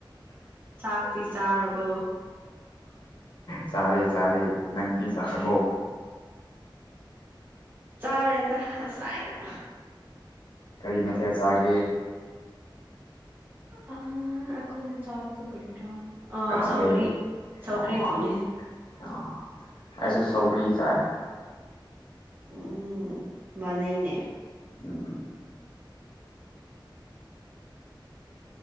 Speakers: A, on the right; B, on the left.
A: ꯆꯥꯛꯇꯤ ꯆꯥꯔꯕꯣ
B: ꯆꯔꯦ ꯆꯔꯦ ꯅꯪꯗꯤ ꯁꯥꯔꯕꯣ
A: ꯆꯥꯔꯦꯗ ꯉꯁꯥꯏꯅ
B: ꯀꯔꯤ ꯃꯊꯦꯜ ꯆꯥꯒꯦ
A: ꯑ ꯑꯩꯈꯣꯏꯅ ꯆꯥꯕꯗꯣ ꯀꯔꯤꯔꯥ
B: ꯀꯥꯎꯔꯦ
A: ꯁꯧꯒ꯭ꯔꯤ ꯁꯧꯒ꯭ꯔꯤ
B: ꯑꯣ
A: ꯊꯣꯡꯉꯦ
B: ꯑꯣ ꯑꯩꯁꯨ ꯁꯧꯒ꯭ꯔꯤ ꯆꯥꯏ
A: ꯎꯝ ꯃꯥꯅꯩꯅꯦ
B: ꯎꯝ